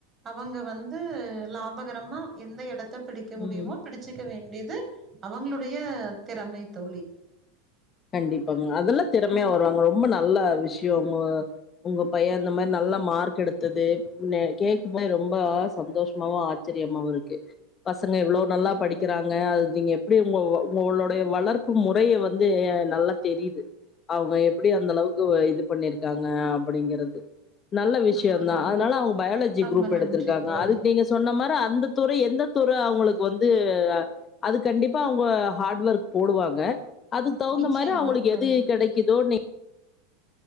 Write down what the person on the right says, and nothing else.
அவங்க வந்து லாபகரமா எந்த எடத் த பிடிக்க முடியுமே
பிடிச்சிக்க வேண்ட் இது அவங்ளுடைய திறமை தோழி
நி
ஆ ரொ
ரொம்ப
நன்றி
தோழி
நிச்சயமா
தோழி